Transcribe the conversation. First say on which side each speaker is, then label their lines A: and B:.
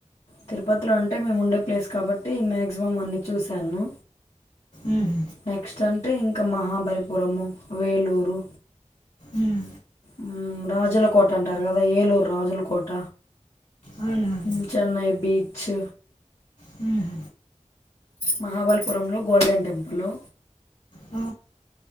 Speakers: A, on the left; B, on the left.
A: తిరుపతిలో అంటే మేము ఉండే. ప్లేస్ కాబట్టి మాక్సిమం అన్నీ చూశాను.
B: ఉమ్,
A: నెక్స్ట్ అన్. అంటే ఇంకా మహాబలిపురము, వేలూరు.
B: ఉమ్.
A: ఉమ్మ్ రాజుల కోట అంటారు కదా ఏలూర్. రాజులకోట.
B: అవునవును
A: హుమ్మ్ చెన్నై బీ. చ్చ్
B: హుమ్మ్
A: మహాబలిపురంలో గోల్డెన్ టెంపులు.
B: ఆ